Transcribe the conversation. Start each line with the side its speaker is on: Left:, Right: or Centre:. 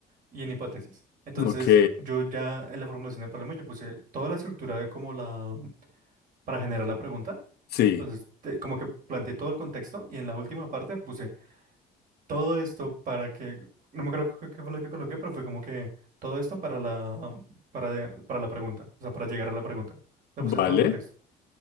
Right: Y en hipótesis. Entonces,
Left: Ok,
Right: yo ya en la formulación del problema, yo puse toda la estructura de como la... para generar la pregunta.
Left: sí,
Right: Entonces, te- como que planteé todo el contexto y en la última parte puse todo esto para que... No me acuerdo qué qué fue lo que coloqué, pero fue como que todo esto para la... para, para la pregunta. O sea, para llegar a la pregunta. Le
Left: vale.
Right: puse todo el contexto.